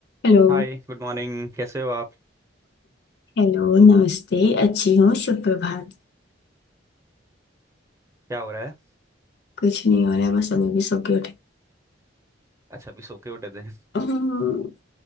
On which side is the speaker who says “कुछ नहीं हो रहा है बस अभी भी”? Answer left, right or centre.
Left